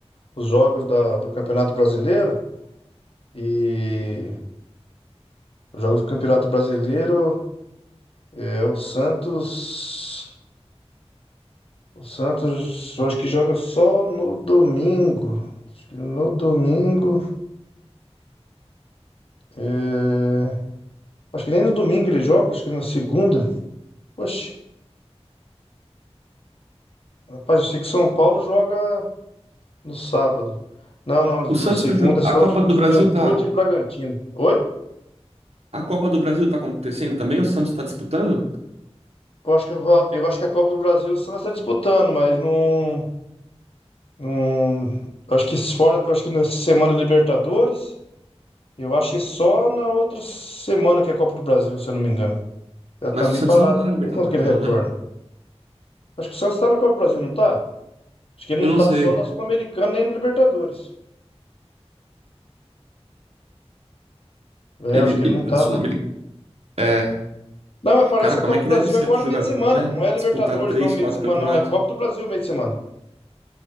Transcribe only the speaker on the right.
O Santos
tá jogando.
A Copa
do
Brasil tá.
A Copa do Brasil tá acontecendo também? O Santos tá disputando?
Mas
o Santos
não tá na
Libertadores,
não,
né?
Eu
não
sei.
Ele,
ele
na
Sul-Americana.
É.
Cara,
como
é que
deve ser
pros jogadores,
né?
Disputar três,
quatro
campeonatos.